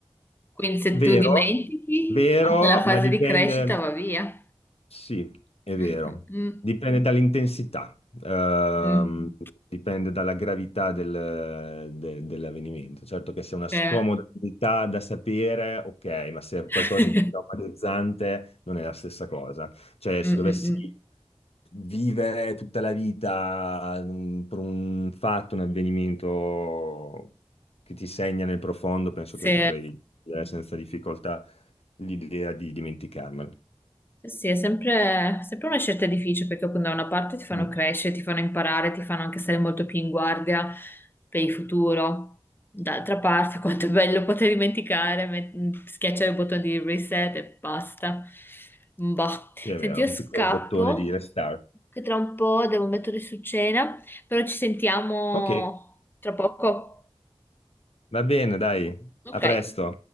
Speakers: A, on the left (about 20°); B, on the left (about 70°).
A: Quindi se
B: Vero,
A: tu dimentichi,
B: vero,
A: anche la fase
B: ma dipende.
A: di crescita va via.
B: Sì, è
A: Mm,
B: vero.
A: mm,
B: Dipende dall'intensità, ehm,
A: mm, mm.
B: dipende dalla gravità del- de- dell'avvenimento. Certo che se è una scomodità
A: Cioè,
B: da sapere, ok, ma se è
A: <laughs>
B: qualcosa di traumatizzante non è la stessa cosa. Cioè,
A: mm,
B: se dovessi
A: mm, mm.
B: vivere tutta la vita mm, per un fatto, un avvenimento che ti segna nel profondo, penso
A: Sì.
B: che potrei, eh, senza difficoltà l'idea di dimenticarmelo.
A: Eh Sì, è sempre, sempre una scelta difficile perché appunto da una parte ti fanno
B: Mm.
A: crescere, ti fanno imparare, ti fanno anche stare molto più in guardia per il futuro. D'altra parte, <laughs> quanto è bello poter dimenticare, met- schiacciare il bottone di reset e basta. Boh.
B: Sì, è
A: Senti,
B: vero,
A: io
B: un
A: scappo,
B: piccolo bottone di restart.
A: che tra un po' devo mettere su cena, però ci sentiamo
B: Ok,
A: tra poco.
B: va bene, dai,
A: Ok.
B: a presto.